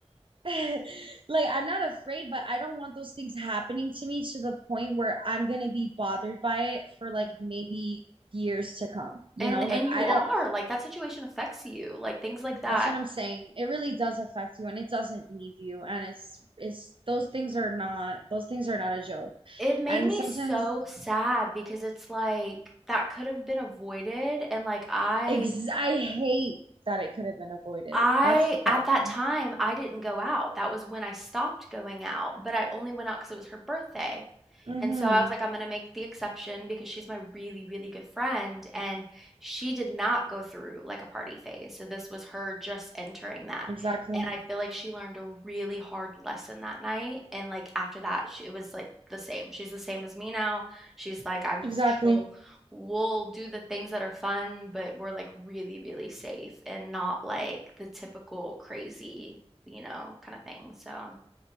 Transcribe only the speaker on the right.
<laughs> like, I'm not afraid, but I don't want those things happening to me to the point where I'm gonna be bothered by it for
like maybe years to come, you
know? Like,
I
don't.
That's what I'm saying. It really does affect you and it doesn't leave you. And it's it's those things are not those things are not a joke.
And
sometimes
ex I hate that it could have been avoided.
That's the problem.
Mm-hmm.
Exactly.
Exactly.